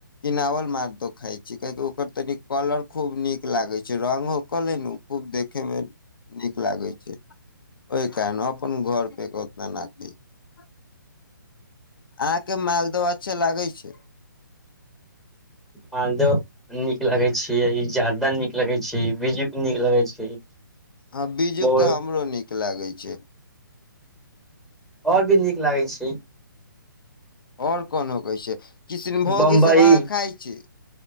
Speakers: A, on the left (about 80°); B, in the centre.
A: किनावल मालदह खााय छी काहकि ओकर तनि कलर खूब नीक लागे छै रंगग ओकरलै ने खूब निक लगाई छई राखैमे नीक लागै छै ओहि कारण अपन घर पर ओतना राखै छी अहाँके मालदह अच्छे लागैत छै
B: मालद नीक लगे छै जारदा नीक लगे छै बिजू नीक लगै छै
A: आ बीजु
B: बहुत
A: तऽ हमरो नीक ीक लागै छै
B: आओर भी नीक लागै छै
A: आओर कोनो कहै छै किशनभोग
B: बम्बई
A: ई सब अहाँ खाय छीै